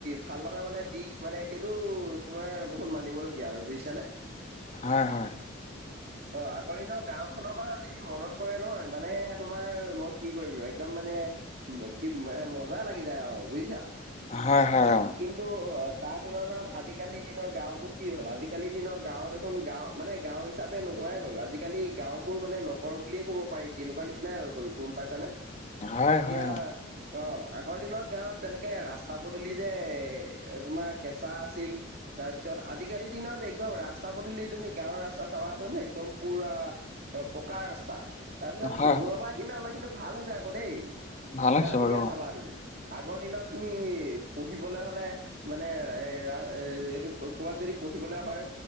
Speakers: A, on the right; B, on the left.
A: ভাল লগা মানে দিশ মানে সেইটো তোমাৰ বহুত মানিবলগীয়া আৰু বুইছানে?
B: হয় -হয়।
A: <inaudible> অ, আগৰ দিনৰ গাঁওখনৰ কথা যদি মনত পৰে নহয় মানে তোমাৰ মই কি কৰিম একদম মানে উম, কি <unintelligible> মজা লাগি যায় আও বুজিছা?
B: হয়- হয়। অ
A: কিন্তু অ, তাৰ তুলনাত আজিকালি দিনৰ গাঁওবোৰ কি হ'ল আজিকালি দিনৰ গাঁও খন গাওঁ মানে গাঁও হিচাপে নোহোৱাই হ'ল আজিকালি গাঁওবোৰ মানে নগৰ বুলিয়ে ক'ব পাৰি তেনেকুৱা নিচিনাই হৈ গ'ল গোম পাইছানে?
B: হয়- হয়
A: এতিয়া
B: অ
A: অ, আগৰ দিনত গাঁৱত যেনেকে ৰাস্তা পদূলি যে এ তোমাৰ কেঁচা আছিল তাৰপিছত আজিকালিৰ দিনত একদম ৰাস্তা- পদূলি তুমি গাঁৱৰ ৰাস্তা চাবাচোন একদম পুৰা অ, পকা ৰাস্তা। তাৰপিছতো
B: হয়
A: সেইবোৰৰ
B: হয়
A: পৰা কিন্তু আমাৰ কিন্তু ভাল হৈছে আকৌ দেই
B: ভাল হৈছে
A: কাৰণ
B: বাৰু
A: এতিয়া
B: অ
A: চাবা তুমি আগৰ দিনত তুমি পঢ়িবলে হ'লে মানে এ ৰা এ এইটো ক'বাত যদি পঢ়িবলে হয়